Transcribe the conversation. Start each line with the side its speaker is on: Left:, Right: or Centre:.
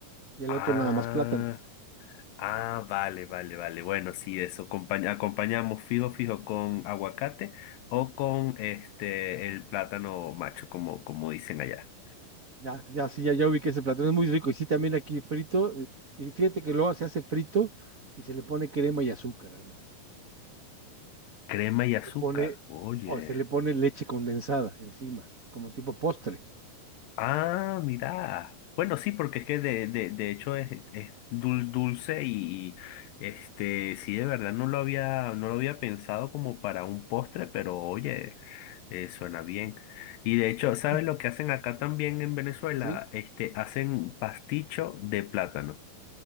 Right: y el
Left: Ah,
Right: otro nada más plátano.
Left: ah, vale, vale, vale. Bueno, sí, eso. acompaña- acompañamos fijo, fijo con aguacate o con este, el plátano macho, como, como dicen allá.
Right: Ya, ya, sí, ya, ya vi que ese platón es muy rico. Y sí, también aquí frito. eh, Y fíjate que luego se hace frito y se le pone crema y azúcar, además.
Left: Crema y
Right: Se
Left: azúcar.
Right: le pone,
Left: Oye.
Right: o se le pone leche condensada encima, como tipo postre.
Left: Ah, mira. Bueno, sí, porque es que de, de, de hecho es, es dul- dulce y, y, este, sí, de verdad no lo había, no lo había pensado como para un postre, pero oye, eh, suena bien. Y de hecho, ¿sabes
Right: Y-
Left: lo que hacen acá también en Venezuela?
Right: ¿Sí?
Left: Este, hacen pasticho de plátano.